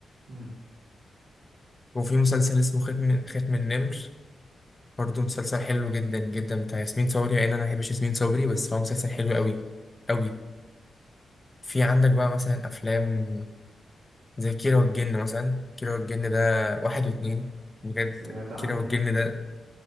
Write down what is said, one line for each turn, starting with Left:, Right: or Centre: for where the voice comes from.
Right: امم
Left: وفي مسلسل اسمه ختم ختم النمر برضه مسلسل حلو جدا جدا بتاع ياسمين صبري يعني انا ما بحبش ياسمين صبري بس هو مسلسل حلو قوي قوي في عندك بقى مثلا افلام زي كيرة والجن مثلا كيرة والجن ده واحد واتنين بجد
Right: سمعت عنه
Left: كيرة والجن ده